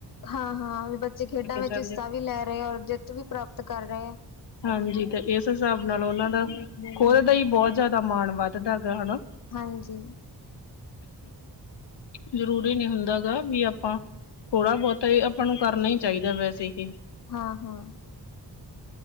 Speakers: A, on the left; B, on the left.
A: ਹਾਂ, ਹਾਂ ਬੱਚੇ ਖੇਡਾਂ ਵਿੱਚ
B: ਜਾਂਦੇ
A: ਹਿੱਸਾ
B: ਆ।
A: ਵੀ ਲੈ ਰਏ ਆ, ਔਰ ਜਿੱਤ ਵੀ ਪ੍ਰਾਪਤ ਕਰ ਰਏ ਆ।
B: ਹਾਂਜੀ ਤੇ ਇਸ ਹਿਸਾਬ ਨਾਲ ਉਨਾਂ ਦਾ ਖੋਲ ਦਾ ਈ ਬਓਤ ਜ਼ਿਆਦਾ ਮਾਣ ਵੱਧਦਾ ਗਾ ਹਨਾ।
A: ਹਾਂਜੀ।
B: ਜ਼ਰੂਰੀ ਨੀ ਹੁੰਦਾ ਗਾ ਵੀ ਆਪਾਂ ਥੋੜ੍ਹਾ ਬਉਤਾ ਇ ਆਪਾਂ ਨੂੰ ਕਰਨਾ ਈ ਚਾਈਦਾ ਵੈਸੇ ਹੀ।
A: ਹਾਂ ਹਾਂ।